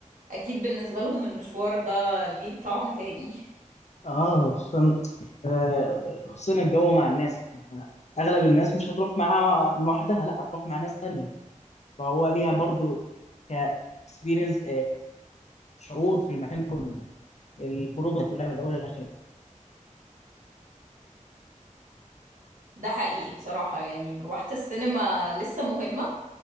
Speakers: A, on the right; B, on the left.
A: اكيد بالنسبة لهم المشوار ده ليه طعم تاني <laughs>
B: اه وخصوصا آه، خصوصا الجو مع الناس أنت اغلب الناس مش هتروح معاها لوحدها لا هتروح مع ناس تانية فهو ليها برضو ك اكسبيرينس شعور في المكان كله الخروجه كلها من اولها لاخرها
A: ده حقيقي بصراحة يعني مروحة السينما لسه مهمة